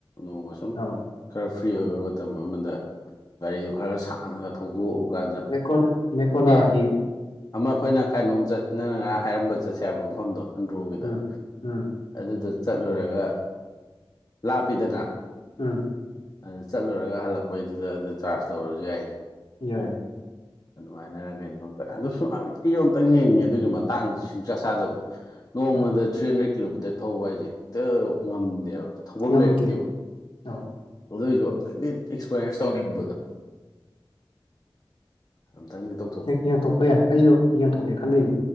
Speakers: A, on the left (about 40°); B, on the left (about 75°).
A: ꯅꯣꯡꯃ ꯁꯨꯝ
B: ꯑꯧ
A: ꯈꯔ ꯐ꯭ꯔꯤ ꯑꯣꯏꯕ ꯃꯇꯝ ꯑꯃꯗ ꯒꯥꯔꯤꯗꯨ ꯈꯔ ꯁꯥꯡꯅ ꯊꯧꯗꯣꯛꯎꯀꯥꯟꯗꯥꯥ
B: ꯃꯦꯀꯣꯟ ꯃꯦꯀꯣꯂꯥꯒꯤ
A: ꯑꯦ ꯑꯃ ꯑꯩꯈꯣꯏꯅ ꯀꯥꯏꯅꯣꯝ ꯆꯠ ꯅꯪꯅ ꯉꯔꯥꯡ ꯍꯥꯏꯔꯝꯕ ꯆꯠꯁꯦ ꯍꯥꯏꯕ ꯃꯐꯝꯗꯣ ꯑꯟꯗ꯭ꯔꯣꯒꯤꯗ
B: ꯎꯝ ꯎꯝ
A: ꯑꯗꯨꯗꯣ ꯆꯠꯂꯨꯔꯒ ꯂꯥꯞꯄꯤꯗꯅ
B: ꯎꯝ
A: ꯑꯗꯨ ꯆꯠꯂꯨꯔꯒ ꯍꯜꯂꯛꯄꯩꯗꯨꯗ ꯑꯗꯨ ꯆꯥꯔꯖ ꯇꯧꯔꯁꯨ ꯌꯥꯏꯅꯦ
B: ꯌꯥꯏ
A: <inaudible> ꯑꯗꯨꯃꯥꯏꯅꯔ ꯀꯩꯅꯣꯝ ꯑꯝꯇꯥ ꯗꯨꯁꯨ ꯑꯥ <unintelligible> ꯑꯃꯇꯪ ꯌꯦꯡꯉꯦ ꯑꯗꯨꯏꯁꯨ ꯃꯇꯥꯡꯗꯨ ꯁꯨꯡ ꯆꯥ ꯆꯥꯗꯕꯗꯣ ꯅꯣꯡꯃꯗ
B: ꯎꯝ
A: ꯊ꯭ꯔꯤ ꯍꯟꯗ꯭ꯔꯦꯠ ꯀꯤꯂꯣꯃꯤꯇꯔ ꯊꯧꯕ ꯍꯥꯏꯁꯦ ꯍꯦꯛꯇ ꯉꯝꯗꯦꯕ ꯊꯧꯐꯝ
B: ꯉꯝꯗꯦ
A: ꯂꯩꯔꯛꯇꯦꯕ
B: ꯑꯧ
A: ꯑꯗꯨꯏꯁꯨ ꯑꯝꯇꯪꯗꯤ ꯑꯦꯛꯁꯄꯤꯔꯤꯌꯦꯟꯁ ꯇꯧꯅꯤꯡꯕꯗꯣ ꯑꯝꯇꯪꯗꯤ ꯇꯧ
B: ꯍꯦꯛ ꯌꯦꯡꯊꯣꯛꯄ ꯌꯥꯏ ꯑꯩꯁꯨ ꯌꯦꯡꯊꯣꯛꯀꯦ ꯈꯜꯂꯤꯅꯦ